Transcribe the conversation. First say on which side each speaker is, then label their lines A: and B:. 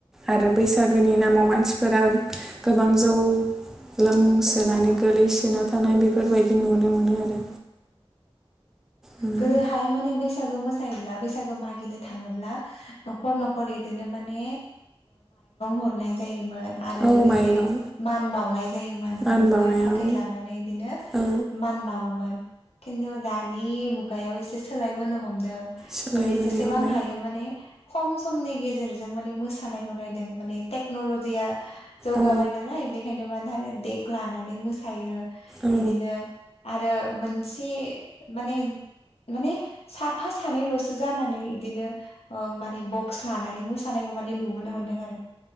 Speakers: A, in the centre; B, on the left (about 80°).
A: आरो बैसागोनि
B: बे
A: नामाव मानसिफोर फोर गोबां जौ लोंसोनानै
B: जों औ
A: गोलैसोना थानाय बेफोर बेफोरबायदि नुनो मोनो आरो उम,
B: गोदो हाय माने बैसागु मोजां ज बैसागु मनो थाङोब्ला नखर नखर इदिनो माने हरनाय जायोमोन आरो
A: औ
B: लोगोसे
A: माइरं
B: मान बाउनाय जायोन
A: मान
B: माने
A: बावनायाव
B: गय फाथै लानानै बिदिनो
A: औ
B: मान बावोमोन खिन्थु दानि मुगायाव एसे सोलायबोनो हमदों
A: सोलायबोनाय
B: माने जेसेबां
A: हमबाय
B: हायो माने खम समनि गेजेरजों माने मोसानायखौ नायदों माने टेक्नलजिया जौगाबाय
A: अ
B: नालाय बेखायनो मानो आरो देग लानानै मोसायो बिदिनो
A: औ
B: आरो मोनसे माने माने साफा सानैल'सो जानानै बिदिनो माने बक्स लानानै मोसानाय <unintelligible> नुबोनो मोनदों आरो